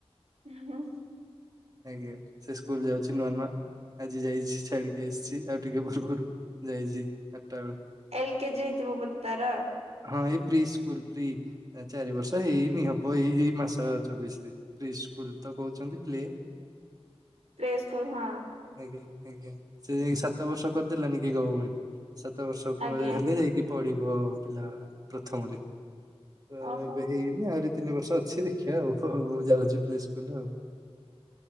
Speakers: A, on the right (about 85°); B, on the right (about 35°).
A: ହୁଁ।
B: ଆଜ୍ଞା ସେ ସ୍କୁଲ ଯାଉଚି ନୂଆ ନୂଆ। ଆଜି ଯାଇଚି ଛାଡିକି ଆସିଚି ଆଉ ଟିକେ ପୂର୍ବରୁ ଯାଇଚି ଆଠଟା ବେଳୁ।
A: ଏଲ କେ ଜି ହେଇଥିବ ବୋଧେ ତାର।
B: ହଁ ଏଇ ପ୍ରି ସ୍କୁଲ ପ୍ରି ଚାରି ବର୍ଷ ହେଇନି ହବ ଏଇ ଏଇ ମାସ ଚବିଶି ରେ। ପ୍ରି ସ୍କୁଲ ତ କହୁଚନ୍ତି ପ୍ଲେ
A: ପ୍ଲେ ସ୍କୁଲ ହଁ।
B: ଆଜ୍ଞା ଆଜ୍ଞା ସେ ସାତ ବର୍ଷ କରି ଦେଲାନିକି ଗଭର୍ଣମେଣ୍ଟ। ସାତ ବର୍ଷ ପରେ
A: ଆଜ୍ଞା
B: ହେଲେ ଯାଇକି ପଢିବ ପିଲା ପ୍ରଥମରେ। ତ
A: ଓହୋ
B: ଏବେ ହେଇନି ଆହୁରି ତିନି ବର୍ଷ ଅଛି ଦେଖିବା ଆଉ ମୁଁ ଯାଉଛି ପ୍ଲେ ସ୍କୁଲ ଆଉ।